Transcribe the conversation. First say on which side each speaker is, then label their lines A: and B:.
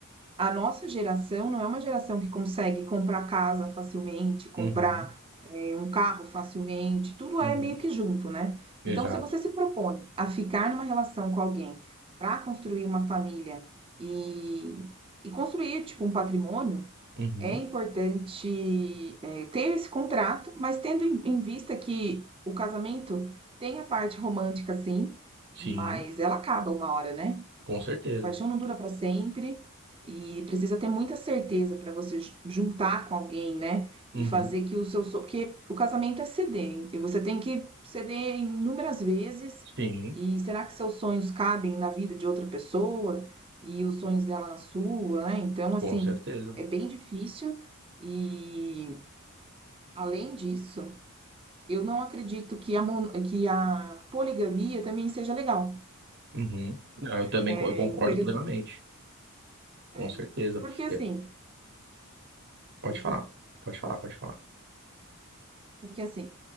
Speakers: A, on the right (about 25°); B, on the right (about 50°).
A: a nossa geração não é uma geração que consegue comprar casa facilmente, comprar,
B: Uhum.
A: eh, um carro facilmente, tudo
B: Uhum.
A: é meio que junto, né.
B: Exato.
A: Então se você se propõe a ficar numa relação com alguém para construir uma família e e construir, tipo, um patrimônio,
B: Uhum.
A: é importante, eh, ter esse contrato, mas tendo em em vista que o casamento tem a parte romântica sim,
B: Sim,
A: mas ela acaba uma hora, né.
B: com certeza.
A: Paixão não dura para sempre e precisa ter muita certeza para você ju- juntar com alguém, né?
B: Uhum.
A: E fazer que o seu. so- Porque o casamento é ceder, e você tem que ceder inúmeras vezes.
B: Sim,
A: E será que seus sonhos cabem na vida de outra pessoa e os sonhos dela na sua, né? Então, assim,
B: com certeza.
A: é bem difícil. E além disso, eu não acredito que a, mon- que a poligamia também seja legal.
B: Uhum. Não, eu também
A: É
B: co- eu concordo
A: interessante.
B: plenamente. Com
A: É.
B: certeza.
A: Porque assim,
B: É, pode
A: pode
B: falar.
A: falar.
B: Pode falar, pode falar.
A: Porque assim,